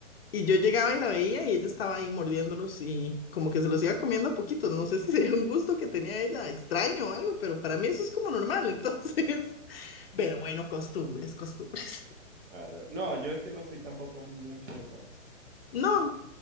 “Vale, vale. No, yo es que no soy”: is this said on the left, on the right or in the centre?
Right